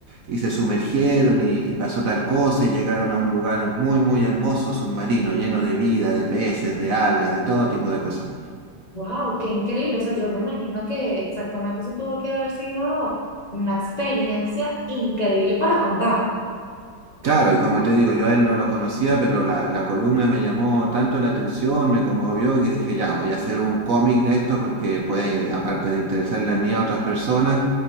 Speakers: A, on the right (about 55°); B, on the left (about 35°).
A: y se sumergieron y, y pasó tal cosa y llegaron a un lugar muy, muy hermoso, submarino, lleno de vida, de peces, de algas, de todo tipo de cosas.
B: Wow, qué increíble. O sea, yo me imagino que exactamente eso tuvo que haber sido una experiencia increíble para contar.
A: Claro, y como te digo, yo a él no lo conocía, pero la, la columna me llamó tanto la atención, me conmovió, que dije, ya, voy a hacer un cómic de esto porque puede, aparte de interesarle a mí, a otras personas,